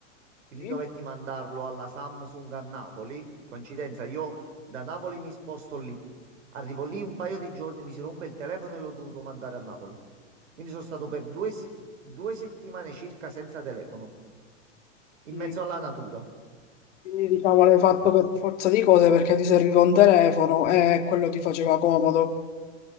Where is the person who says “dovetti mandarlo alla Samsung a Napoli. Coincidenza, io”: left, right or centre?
Right